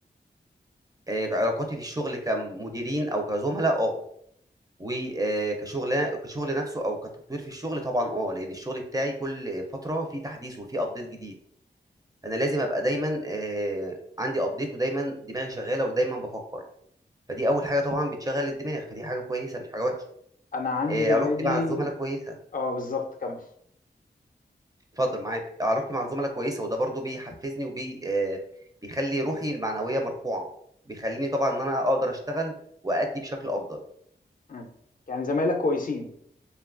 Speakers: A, on the right; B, on the left.
A: آه علاقاتي في الشغل كمديرين او كزملاء اه وكشغل كشغل نفسه او كتطوير في الشغل طبعا اه لان الشغل بتاعي كل فتره فيه تحديث وفيه ابديت جديد فانا لازم ابقى دايما آه عندي ابديت ودايما دماغي شغاله ودايما بفكر فدي اول حاجه طبعا بتشغل الدماغ فدي حاجه كويسه مش حاجه وحشه
B: انا عندي
A: آه،
B: زمايلي
A: علاقتي مع الزملاء كويسه
B: اه بالظبط كمل
A: اتفضل معاك علاقتي مع الزملاء كويسه وده برضو بيحفزني وبي آه، بيخلي روحي المعنويه مرفوعه بيخليني طبعا ان انا اقدر اشتغل وادي بشكل افضل
B: مم. يعني زمايلك كويسين